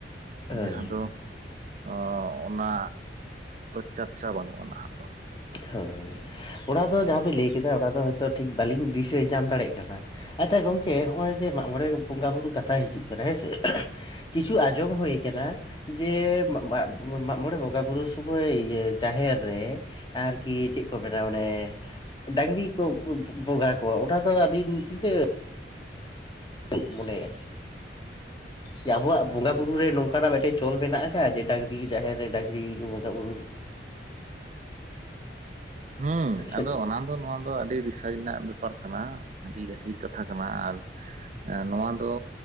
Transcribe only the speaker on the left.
ᱦᱳᱭ
ᱦᱳᱭ, ᱚᱱᱟ ᱫᱚ ᱡᱟᱦᱟᱸ ᱵᱤᱱ ᱞᱮᱭ ᱠᱮᱫᱟ ᱚᱱᱟ ᱫᱚ ᱦᱚᱭᱛᱳ ᱴᱷᱤᱠ ᱵᱟᱞᱤᱧ ᱫᱤᱥᱟᱹ ᱧᱟᱢ ᱫᱟᱲᱮᱭᱟᱜ ᱠᱟᱱᱟ᱾ ᱟᱪᱪᱷᱟ ᱜᱚᱝᱠᱮ ᱦᱚᱸᱜᱼᱚᱭ ᱡᱮ ᱢᱟᱜ ᱢᱚᱬᱮ ᱵᱚᱸᱜᱟ ᱵᱩᱨᱩ ᱠᱟᱛᱷᱟ ᱦᱤᱡᱩᱜ ᱠᱟᱱᱟ ᱦᱮᱸ ᱥᱮ, ᱠᱤᱪᱷᱩ ᱟᱸᱡᱚᱢ ᱦᱩᱭ ᱟᱠᱟᱱᱟ ᱡᱮ ᱢᱟᱜ ᱢᱟᱜ, ᱢᱟᱜ ᱢᱚᱬᱮ ᱵᱚᱸᱜᱟ ᱵᱩᱨᱩ ᱥᱚᱢᱚᱭ ᱤᱛᱟᱹ ᱡᱟᱦᱮᱨ ᱨᱮ ᱟᱨᱠᱤ ᱪᱮᱫ ᱠᱚ ᱢᱮᱱᱟ ᱢᱟᱱᱮ ᱰᱟᱝᱨᱤ ᱠᱚ ᱵᱚᱸᱜᱟ ᱠᱚᱣᱟ ᱚᱱᱟ ᱫᱚ ᱟᱹᱵᱤᱱ ᱛᱤᱱᱟᱹᱜ <inaudible> ᱢᱚᱱᱮᱭᱟ? ᱡᱮ ᱟᱵᱚᱣᱟᱜ ᱵᱚᱸᱜᱟ ᱵᱩᱨᱩ ᱨᱮ ᱱᱚᱝᱠᱟᱱᱟᱜ ᱢᱤᱫᱴᱮᱡ ᱪᱚᱞ ᱢᱮᱱᱟᱜ ᱟᱠᱟᱜ-ᱟ ᱡᱮ ᱰᱟᱝᱨᱤ ᱡᱟᱦᱮᱨ ᱨᱮ ᱰᱟᱝᱨᱤ ᱵᱚᱸᱜᱟ ᱵᱩᱨᱩ?
ᱥᱮ
ᱪᱮᱫ